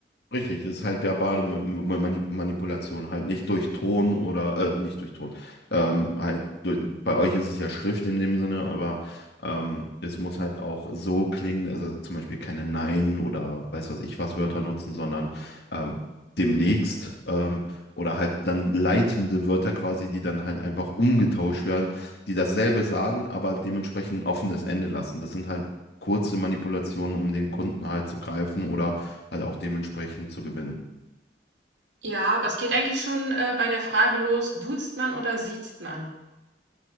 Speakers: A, on the left (about 60°); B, on the right (about 80°).
A: Richtig, das ist halt verbale Mu- Mu- Mani- Manipulation, halt nicht durch Ton oder, äh, nicht durch Ton, ähm, halt, durch, bei euch ist es ja Schrift in dem Sinne, aber ähm, es muss halt auch so klingen, also zum Beispiel keine Nein oder weiß was ich was Wörter nutzen, sondern ähm, demnächst ähm, oder halt dann leitende Wörter quasi, die dann halt einfach umgetauscht werden, die dasselbe sagen, aber dementsprechend ein offenes Ende lassen. Das sind halt kurze Manipulationen, um den Kunden halt zu greifen oder halt auch dementsprechend zu gewinnen.
B: Ja, aber es geht eigentlich schon, äh, bei der Frage los: Duzt man oder siezt man?